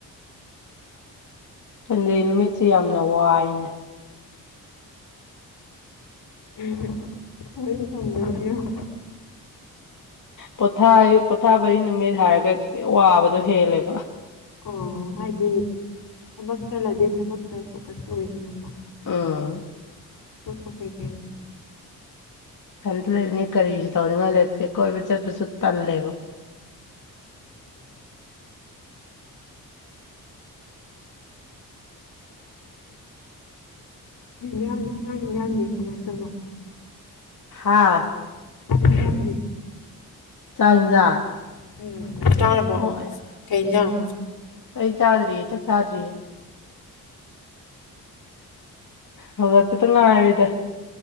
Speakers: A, on the left (about 50°); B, on the left (about 70°).
A: ꯁꯟꯗꯦ ꯅꯨꯃꯤꯠꯁꯦ ꯌꯥꯝꯅ ꯋꯥꯏꯅꯦ
B: ꯎꯝ ꯍꯝ ꯑꯩꯖꯨ ꯁꯟꯗꯦꯁꯦ ꯌꯥꯝ
A: ꯄꯣꯊꯥꯏ ꯄꯣꯊꯥꯕꯩ ꯅꯨꯃꯤꯠ ꯍꯥꯏꯔꯒ ꯋꯥꯕꯗꯣ ꯍꯦꯜꯂꯦꯕ
B: ꯎꯝ ꯍꯥꯏꯗꯤ ꯊꯕꯛ ꯆꯠꯂꯗꯤ ꯊꯕꯛꯇ ꯐꯣꯀꯁ ꯇꯧꯋꯤꯗꯅꯀꯣ
A: ꯎꯝ
B: ꯑꯗꯨꯕꯨꯀꯀꯩ
A: ꯏꯊꯟꯇ ꯂꯩꯕꯅꯤꯅ ꯀꯔꯤꯁꯨ ꯇꯧꯅꯤꯡꯉꯥꯏ ꯂꯩꯇꯦ ꯀꯣꯏꯕ ꯆꯠꯄꯁꯨ ꯇꯜꯂꯦꯕ
B: ꯌꯥꯝ ꯆꯅꯤ ꯌꯥꯅꯤ ꯀꯃꯥꯏꯅ ꯇꯔꯕ
A: ꯍꯥꯥ
B: ꯆꯥꯛ ꯍꯤꯟꯖꯥꯡꯗꯤ
A: ꯇꯪꯖ
B: <unintelligible>
A: <unintelligible>
B: ꯀꯩ ꯏꯟꯖꯥꯡ
A: ꯑꯩ ꯆꯥꯗ꯭ꯔꯤꯌꯦ ꯆꯥꯛ ꯆꯥꯗ꯭ꯔꯤꯌꯦ ꯍꯧꯒꯠꯄꯗ ꯉꯥꯏꯔꯤꯗ